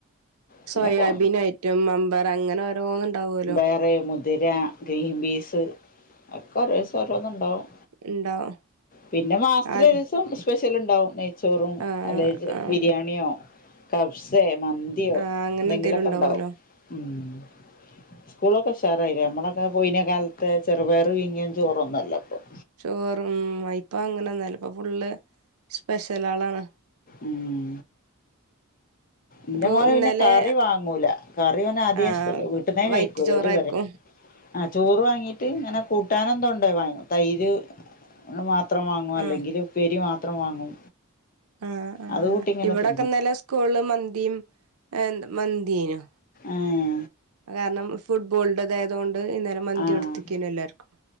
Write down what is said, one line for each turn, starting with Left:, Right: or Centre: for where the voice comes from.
Left: പിന്നൊക്കെ
Right: സോയാബീൻയായിട്ടും, മംമ്പയർ അങ്ങനെ ഓരോന്ന്ണ്ടാവോല്ലോ.
Left: കറി മുതിര ഗ്രീൻ പീസ് ഒക്കെ ഓരോ ദിവസരോന്നുംണ്ടാവും.
Right: ഉണ്ടാവും
Left: പിന്നെ മാസത്തിലൊരു
Right: ആഹ്
Left: ദിവസം സ്പെഷ്യൽണ്ടാവും നെ യിചോറും,
Right: ആഹ്
Left: അല്ലെങ്കി
Right: ആഹ്
Left: ബിരിയാണിയോ, കബ്സേ, മന്തിയോ
Right: ആഹ് അങ്ങനെ
Left: എന്തെങ്കിലൊക്കെണ്ടാവും
Right: എന്തേലും ഉണ്ടാവുമല്ലോ
Left: മ്. സ്കൂളൊക്കെഷാറായില്ലേ നമ്മളൊക്കെ പോയിനെ കാലത്ത് ചെറുപയർ പീങ്ങിയ ചോറൊന്നുല്ല ഇപ്പം.
Right: ചോറും ഉം ഇപ്പങ്ങനെന്നല്ല ഇപ്പോ ഫുള്ള് സ്പെഷ്യലാളാണ്.
Left: ഉം. ഇന്റെ
Right: ഇപ്പൊ
Left: മോന്
Right: ഇന്നലെ
Left: പിന്നെ കറി വാങ്ങൂല കറിയോൻ ആദ്യേ
Right: ആഹ്
Left: ഇഷ്ടല്ലേ വീട്ടന്നേ
Right: വൈറ്റ്
Left: കഴിക്കൂല
Right: ചോറായിരിക്കും
Left: ഒരുകറിം. ആഹ ചോറ് വാങ്ങീട്ട് ഇങ്ങനെ കൂട്ടാനന്തതുണ്ടോ വാങ്ങു തൈര് ഓന് മാത്രം വാങ്ങും അല്ലെങ്കില്
Right: ആഹ്
Left: ഉപേരി മാത്രം വാങ്ങും.
Right: ആ ആ
Left: അത് കൂട്ടി ഇങ്ങനെ
Right: ഇവിടെക്കെന്നലെ
Left: തിന്നും
Right: സ്കൂളിൽ മന്തിം മന്തിയാനു.
Left: ആഹ്.
Right: കാരണം ഫുട്ബോളിന്റെതായതുകൊണ്ട് ഇന്നലെ മന്തി
Left: ആഹ്
Right: കൊടുത്തിക്കേനു എല്ലാർക്കും